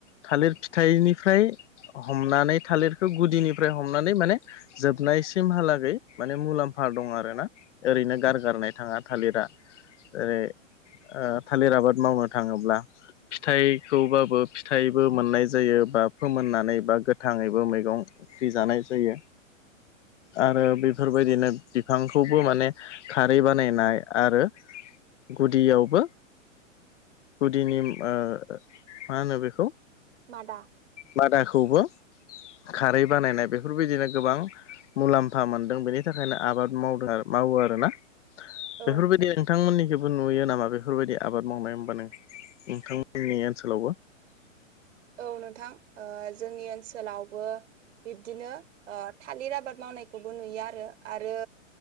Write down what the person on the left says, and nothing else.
थालिर फिथाइनिफ्राय हमनानै थालिरखौ गुदिनिफ्राय हमनानै माने जोबनाय सिमहालागै माने मुलाम्फा दं आरो ना ओरैनोष गारगारनाय थांङा थालिरा ओरै थालिर आबाद मावनो थांङोब्ला फिथाइ खौबाबो फिथाइ बो मोननाय जायो बा फोमोननानै बा गोथांङैबो मैगं ख्रि जानाय जायो आरो बेफोर बायदिनो बिफांखौबो माने खारै बानायनाय आरो गुदियावबो गुदिनि ओ मा होनो बेखौ
मादाखौबो खारै बानायनाय बेफोरबायदिनो गोबां मुलाम्फा मोनदों बेनि थाखायनो आबाद मावदों मावो आरोना
बेफोर बायदि नोंथां मोननिखौबो नुयो नामा बेफोरबायदि आबाद मावनाय होमबा नोंथांमोननि ओनसोलावबो